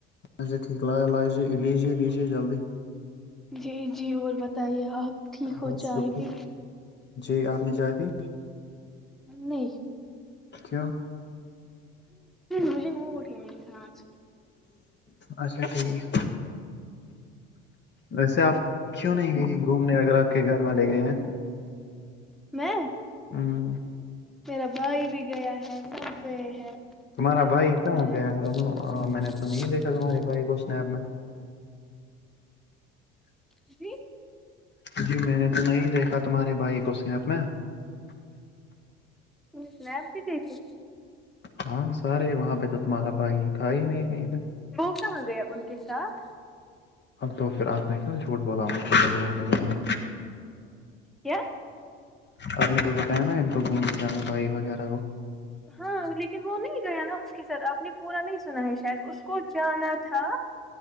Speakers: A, on the left (about 35°); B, in the centre.
A: اچھا ٹھیک ل لاجے لیجیے لیجیے جلدی
B: جی جی اور بتائیے آپ ٹھیک
A: بس
B: ہو چائے
A: شکر
B: پی
A: جی آپ نے جاکے
B: نہیں
A: کیا
B: مجھے موڈ ہی نہیں تھا آج
A: اچھا ٹھیک ویسے آپ کیوں نہیں گئی گھومنے اگر آپ کے گھر والے گئے ہیں
B: میں
A: ہوں
B: میرا بھائی بھی گیا ہے سب گئے ہیں
A: تمہارا
B: گھر
A: بھائی
B: میں میں
A: کہاں
B: میری
A: گیا ہے
B: بہن
A: میں نے تو نہیں
B: اور
A: دیکھا تمہاری
B: کزن۔
A: بھائی کو اس اسنیپ میں
B: جی
A: جی میں نے تو نہیں دیکھا تمہارے بھائی کو اسنیپ میں
B: اسنیپ پے دیکھے
A: ہاں سارے وہاں پہ تو تمہارا بھائی تھا ہی نہیں کہیں پہ
B: وہ کہاں گیا ان کے ساتھ
A: تو پھر آپ نے کیوں جھوٹ بولا مجھے میں جانا
B: کیا
A: آپ نے کل بتا ہے نا ان کو گھوم نے جانا بھائی وغیرہ کو
B: ہاں لیکن وہ نہیں گیا نا اس کے ساتھ آپ نے پورا نہیں سنا ہے شاید اس کو جانا تھا